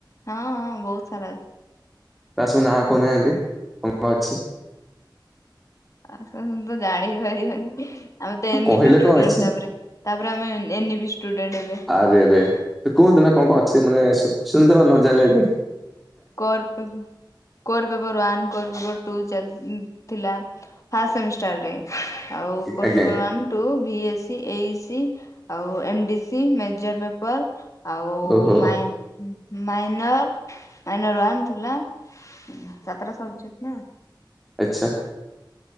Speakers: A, on the left; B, in the centre.
A: ହଁ ହଁ ବହୁତ ସାରା ଅଛି।
B: ତା ସବୁ ନାଁ କହୁନାହାନ୍ତି କଣ କଣ ଅଛି।
A: ଆଉ ସେମିତି ତ ଜାଣି ବି ପାରିବେନି ଆମେ ତ ଏ ନି
B: କହିଲେ
A: ବି ଷ୍ଟୁଡେଣ୍ଟ
B: କଣ ଅଛି।
A: ତାପରେ। ତାପରେ ଆମେ ଏ ନି ବି ଷ୍ଟୁଡେଣ୍ଟ ଏବେ।
B: ଆରେ ଆରେ ତ କୁହନ୍ତୁ ନା କଣ କଣ ଅଛି ମାନେ ଶୁ ଶୁଣି ଦବା ନ ଜାଣିଲେ ବି।
A: କରର୍ପବୁ core paper one core paper two ଚାଲିଥିଲା ଫାଷ୍ଟ ସେମିଷ୍ଟାର ରେ। ଆଉ
B: ପାଇଁ
A: କୋର
B: ଆଜ୍ଞା
A: paper one two, B A C, A E C, ଆଉ M D C, major paper. ଆଉ
B: ଓହୋ
A: ମାଇନ୍ ମାଇନର୍ ମାଇନର ୱନ୍ ଥିଲା। ହୁଁ ସାତଟା ସବଜେକ୍ଟ ନା।
B: ଆଛା।